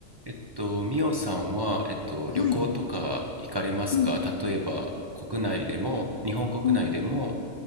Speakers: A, on the right (about 35°); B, on the left (about 85°).
A: えっと、ミオさんは、えっと、旅行とか行かれますか例えば、
B: はい。うん、
A: 国内でも、日本国内でも、
B: うん。